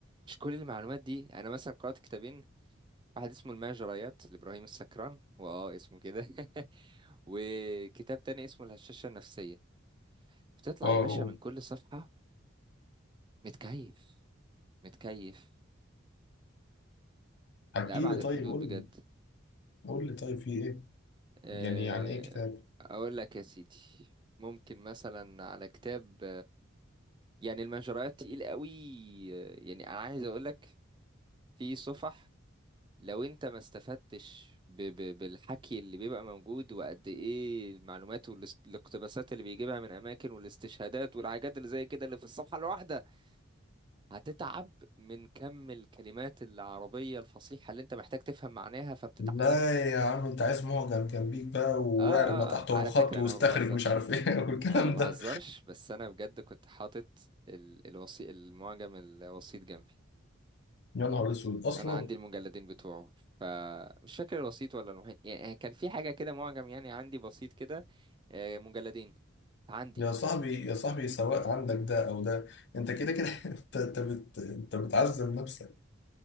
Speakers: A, on the right (about 20°); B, on the left (about 55°).
A: مش كل المعلومات دي انا مثلا قرأت كتابين واحد اسمه المجريات لإبراهيم السكران واه اسمه كده <laughs> وكتاب تاني اسمه الهشاشة النفسية بتطلع
B: اه
A: يا باشا من كل صفحة متكيف متكيف
B: حكي
A: لأبعد
B: لي
A: الحدود
B: طيب قول
A: بجد
B: لي قول لي طيب في ايه
A: آه،
B: يعني يعني ايه كتاب
A: اقول لك يا سيدي ممكن مثلا على كتاب يعني المجريات تقيل قوي يعني انا عايز اقولك في صفح لو انت ما استفدتش ب ب بالحكي اللي بيبقى موجود وقد ايه المعلومات والاقتباسات اللي بيجيبها من اماكن والاستشهادات والحاجات اللي زي كده اللي في الصفحة الواحدة هتتعب من كم الكلمات العربية الفصيحة اللي انت محتاج تفهم معناها فبتتعلمها
B: لا يا عم انت عايز معجم جنبيك بقى واعرب
A: آه, آه,
B: تحته
A: آه على
B: وخط
A: فكرة
B: واستخرج
A: انا ما بهزرش
B: مش عارف ايه <laughs> والكلام
A: انا ما بهزرش
B: ده
A: بس انا بجد كنت حاطط ال- الوصي المعجم الوسيط جنبي
B: يا نهار اسود اصلا
A: انا عندي المجلدين بتوعه فمش فاكر الوسيط ولا المحيط يعني كان في حاجه كده معجم يعني عندي بسيط كده آه، مجلدين عندي
B: يا صاحبي يا صاحبي سواء عندك ده او ده انت كده كده <laughs> انت انت بت... انت بتعذب نفسك